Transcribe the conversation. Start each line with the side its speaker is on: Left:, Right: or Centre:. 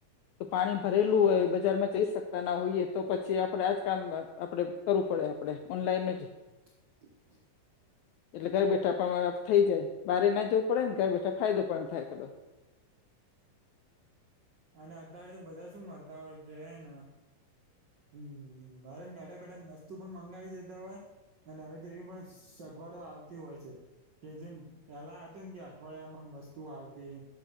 Left: તો પાણી ભરેલું હોય બજારમાં જઈ શક તા ના હોઈએ તો પછી આપડે આજ કામ આપણે કરવું પડે આપણે ઓનલાઈન જ
Right: <unintelligible>
Left: એટલે ઘર બેઠા પણ થઈ જાય બારે ના જવું પડે ને ઘર બેઠા ફાયદો પણ થાય થોડો.
Right: અને અત્યારે તો બધા શું કરતા હોય કે હેન હમ ઘરે બેઠા બેઠા વસ્તુ પણ મંગાવી દેતા હોય. અને હવે તેવી પણ સગવડો આવતી હોય છે. કે જેમ પેલા હતું કે અઠવાડિયામાં વસ્તુ આવતી.